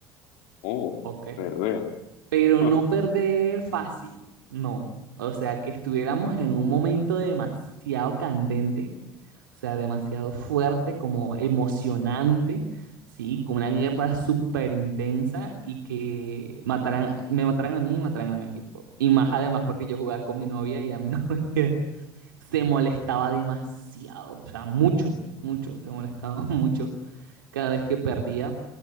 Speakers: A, on the left; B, on the right.
A: Oh,
B: ¿ok?
A: perder.
B: pero
A: <laughs>
B: no perder fácil, no. O sea, que estuviéramos en un momento demasiado candente, o sea, demasiado fuerte, como emocionante, ¿sí? Como una guerra súper intensa y que mataran, me mataran a mí y mataran a mi equipo. Y más además porque yo jugaba con mi novia y a mi novia <laughs> se molestaba demasiado, o sea, mucho, mucho, se molestaba <laughs> mucho cada vez que perdía